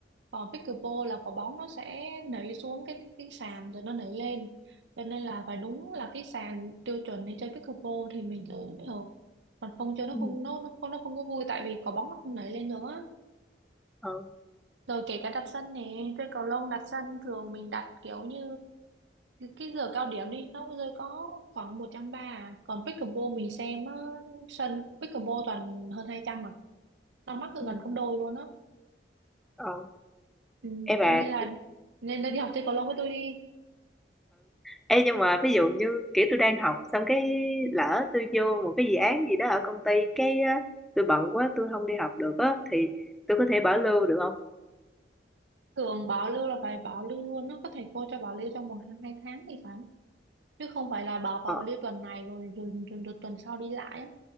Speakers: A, on the right; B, in the centre.
A: còn pickleball là quả bóng nó sẽ nảy xuống cái cái sàn rồi nó nảy lên cho nên là phải đúng là cái sàn tiêu chuẩn để chơi pickleball thì mình chơi mới được còn không chơi nó
B: ừ,
A: không nó nó không nó không có vui tại vì quả bóng nó không nảy lên được á
B: ờ
A: rồi kể cả đặt sân nè chơi cầu lông đặt sân thường mình đặt kiểu như cái giờ cao điểm đi nó rơi có khoảng một trăm ba à. còn pickleball mình xem á, sân pickleball toàn hơn hai trăm mà nó mắc gần
B: ừ,
A: gấp đôi luôn á
B: ờ
A: ừ.
B: em bà
A: cho nên là nên là đi học chơi cầu lông với tôi đi
B: Ê, nhưng mà ví dụ như kiểu tôi đang học xong cái lỡ tôi vô một cái dự án gì đó ở công ty cái á, tôi bận quá tôi không đi học được á thì tôi có thể bảo lưu được không?
A: Thường bảo lưu là phải bảo lưu luôn nó có thầy cô cho bảo lưu trong vòng hai hai tháng thì phải chứ không phải là bảo vào
B: Ờ
A: bảo lưu tuần này rồi rồi, rồi, rồi tuần sau đi lại á